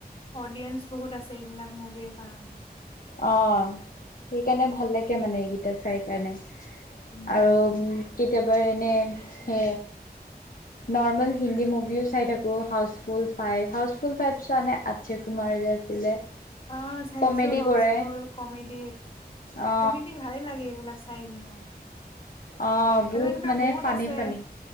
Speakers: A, on the left; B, on the left.
A: অডিয়েন্স বহুত আছে এইবিলাক মুভিৰ কাৰণে।
B: অ সেইকাৰণে ভাল লাগে মানে এইকেইটা চাই কাৰণে।
A: উম
B: আৰু কেতিয়াবা এনে
A: উম
B: সে। নৰ্মেল হিন্দী মুভিও চাই থাকো house full five house full five চোৱা নাই আক্ষয় কুমাৰ- যে আছিলে।
A: অ চাইছো
B: কমেডি
A: হ- হছফুল
B: কৰে
A: কমেডিৰ,
B: অ
A: কমেডি ভালে লাগে এইবিলাক চাই কিনে।
B: অ বহুত
A: আৰু এনেকুৱা
B: মানে
A: বহুত
B: ফানী
A: আছে
B: ফানী